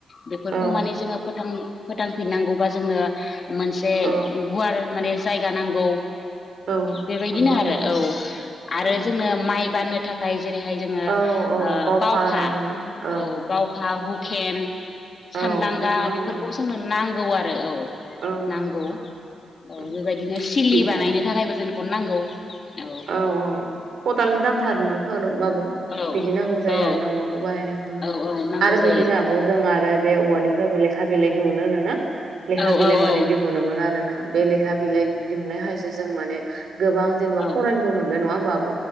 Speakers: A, on the left; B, on the right.
A: बेफोरखौ
B: औ
A: माने जोङो फोथां फोथांफिननांगौबा जोंनो मोनसे
B: औ
A: गुवार माने जायगा नांगौ।
B: औ
A: बेबायदिनो
B: नंगौ आब'
A: आरो
B: नंगौ
A: औ आरो
B: औ
A: जोंनो माइ बाननो थाखाय जेरैहाय जोङो
B: औ औ
A: ओ बावखा
B: होनना बुङो ओं
A: औ बावखा हुकेन सानदांगा
B: औ नांगौ
A: बेफोरखौ
B: जों
A: जोंनो नांगौ आरो औ।
B: औ
A: नांगौ
B: नंगौ नंगौ
A: अ बेबायदिनो सिलि
B: बिदिनो
A: बानायनो थाखायबो जोनो गन नांगौ औ।
B: औ औ खदालनि दानथारनोफोर बाबो
A: औ
B: बिदि नांगौ जायो
A: औ
B: आरो ना औवाखौ बाहायनायखौ नुनो
A: औ औ नांगौ
B: आरो
A: जायो
B: बिदिनो आब' जों आरो बे औवानिफ्रायबो लेखा बिलाइ दिहुनो होनोना। लेखा
A: औ
B: बिलाइ
A: औ औ
B: माने दिहुनोमोन आरोना बे लेखा बिलाइ दिहुननायखायसो जों माने गोबां जेनेबा
A: औ
B: फरायनोबो मोनबाय नङा होमबा आब'?